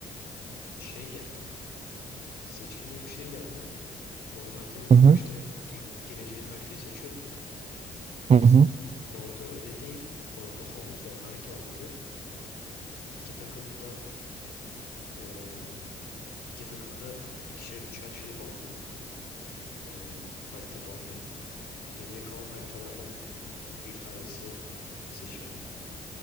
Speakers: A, on the left (about 65°); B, on the right (about 40°).
A: Şey geldi. Seçkin diye bir şey geldi. Normalde ilk
B: Hı hı.
A: başta girdi, gireceğin haritayı seçiyordun ya.
B: Hı hı.
A: Orada öyle değil. Orada havuz var, harita havuzu. İki takımdan eee, iki takımda ikişer üçer şey banlıyor. Eee, harita banlıyor. Geriye kalan haritalardan bir tanesi seçiliyor.